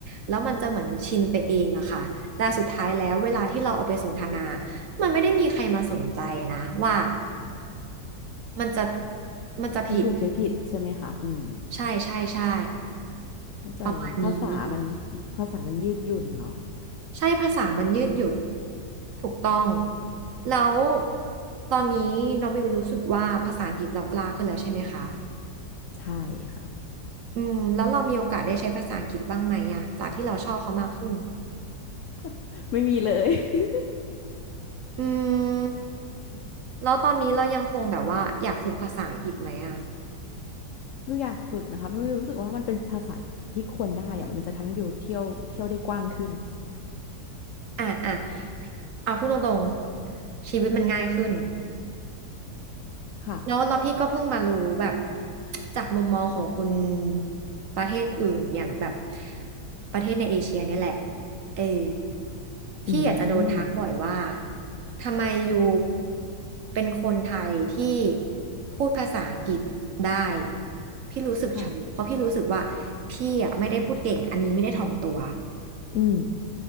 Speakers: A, on the right; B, on the left.
A: แล้วมันจะเหมือนชินไปเองอะค่ะแต่สุดท้ายแล้วเวลาที่เราเอาไปสนทนา มันไม่ได้มีใครมาสนใจนะว่ามันจะมันจะผิด
B: ๆใช้ถูกใช้ผิดใช่ไหมคะอืม
A: ใช่ใช่ใช่
B: เข้าใจเนาะภาษามัน
A: ประมาณนี้
B: ภาษามันยืดหยุ่นเนาะ
A: ใช่ภาษามันยืดหยุ่นถูกต้องแล้วตอนนี้น้องบิวรู้สึกว่าภาษาอังกฤษเรากล้าขึ้นแล้วใช่ไหมคะ
B: ใช่ค่ะ
A: อืมแล้วเรามีโอกาสได้ใช้ภาษาอังกฤษบ้างไหมอะจากที่เราชอบเขามากขึ้น
B: <laughs> ไม่มีเลย <laughs>
A: อืมแล้วตอนนี้เรายังคงแบบว่าอยากฝึกภาษาอังกฤษไหมอะ
B: วิวอยากฝึกนะคะเพราะวิวรู้สึกว่ามันเป็นภาษาที่ควรได้อะมันจะทำให้วิวเที่ยวเที่ยวได้กว้างขึ้น
A: อ่ะอ่ะเอาพูดตรงๆชีวิตมันง่ายขึ้น
B: ค่ะ
A: แล้วแล้วพี่ก็เพิ่งมารู้แบบจากมุมมองของคนประเทศอื่นอย่างแบบประเทศในเอเชียเนี่ยแหละเออพี่อาจจะโดนทักบ่อยว่า
B: อืม
A: ทำไมอยู่เป็นคนไทยที่พูดภาษาอังกฤษได้พี่รู้สึกช็อกเพราะพี่รู้สึกว่า
B: ค่ะ
A: พี่อ่ะไม่ได้พูดเก่งอันนี้ไม่ได้ถ่อมตัว
B: อืม